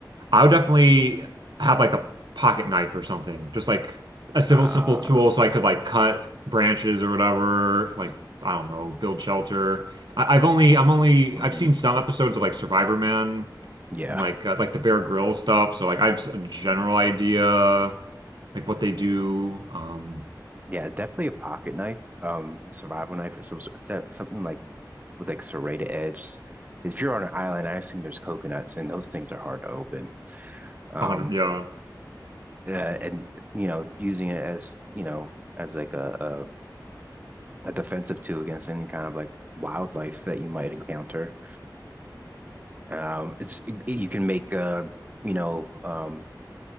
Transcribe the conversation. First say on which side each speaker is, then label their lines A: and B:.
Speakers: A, on the right; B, on the right.
A: I would definitely have like a pocket knife or something, just like a simple,
B: Uh,
A: simple tool, so I could like cut branches or whatever. Like I don't know, build shelter. I, I've only, I'm only,
B: mhm.
A: I've seen some episodes of like Survivor Man
B: Yeah.
A: and like uh, like the Bear Grylls stuff. So like I have a general idea like what they do. Um,
B: Yeah, definitely a pocket knife, um, a survival knife or some se- something like with like serrated edge. If you're on an island, I assume there's coconuts and those things are hard to open. Um,
A: 100, yeah.
B: uh, and you know, using it as, you know, as like a, a a defensive tool against any kind of like wildlife that you might encounter. Um, it's you can make uh, you know, um,